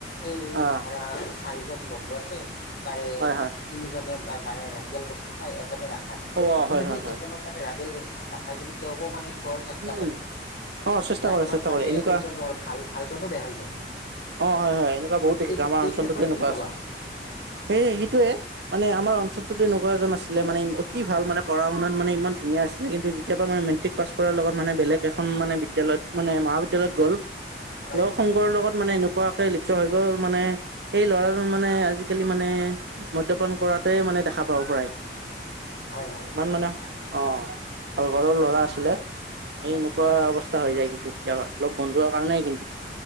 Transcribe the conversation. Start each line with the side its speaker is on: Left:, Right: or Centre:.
Left: এই
Right: অ',
Left: ধৰা চাৰিজন বন্ধু আছে, তাৰে
Right: হয় হয়
Left: তিনিজনে মানে ৰাগিয়াল বস্তু খাই, এজনে নাখায়
Right: অ',
Left: কিন্তু
Right: হয় হয়
Left: সেই
Right: হয়
Left: এজনক। মানে ৰাগিয়াল বস্তুটো নাখায় যদি তেওঁকো মানে খোৱাৰ চেষ্টা
Right: উম,
Left: কৰে।
Right: অ', চেষ্টা
Left: যাৰ
Right: কৰে
Left: ফলত
Right: চেষ্টা
Left: মানে
Right: কৰে এনেকুৱা
Left: সেইজন ল'ৰা ভাল ভালজনো বেয়া হৈ যায়।
Right: অ' হয়-হয় এনেকুৱা বহুত দেখিছো
Left: এই
Right: আমাৰ
Left: এই
Right: অঞ্চলটোত
Left: ক্ষেত্ৰত
Right: এনেকুৱা
Left: কি ক'বা
Right: আছে। সেই সেইটোয়ে মানে আমাৰ অঞ্চল অঞ্চলতোত তেনেকুৱা এজন আছিলে মানে অতি ভাল মানে পঢ়া-শুনাত মানে ইমান ধুনীয়া আছিলে কিন্ত যেতিয়াৰ পৰা মেট্ৰিক পাছ কৰিলে কৰাৰ লগত মানে বেলেগ এখন মানে বিদ্যালয়ত মানে মহাবিদ্যালয়ত গ'ল।
Left: হয়
Right: লগ
Left: হয়
Right: সংগৰ লগত মানে এনেকুৱাকে লিপ্ত হৈ গ'ল মানে সেই ল'ৰাজন মানে আজি আজিকালি মানে মদ্যপান কৰাতে মানে দেখা পাওঁ প্ৰায়
Left: হয় হয়
Right: ইমান মানে অ' ভাল ঘৰৰ ল'ৰা
Left: উম উম
Right: আছিলে। এই
Left: উম
Right: এনেকুৱা
Left: উম
Right: অৱস্থা হৈ যায় কিন্তু তেতিয়াবা লগ বন্ধুৰ কাৰণে কিন্তু